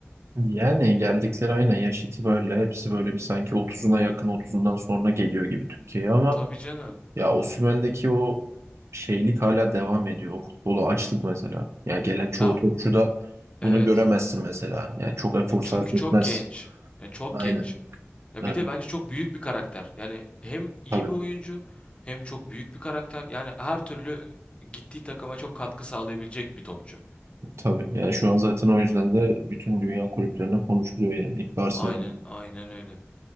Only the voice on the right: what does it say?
Yani geldikleri aynen yaş itibariyle hepsi böyle bir sanki otuzuna yakın otuzundan sonra geliyor gibi Türkiye'ye ama
Ya Osimhen'deki o şeylik hala devam ediyor. O futbolu açlık mesela. Ya gelen çoğu
topçuda
bunu göremezsin mesela. Yani çok efor
sarf
etmez.
Aynen.
Yani
tabii
tabii. Yani şu an zaten o yüzden de bütün dünya kulüplerine konuşuluyor yani Barcelona.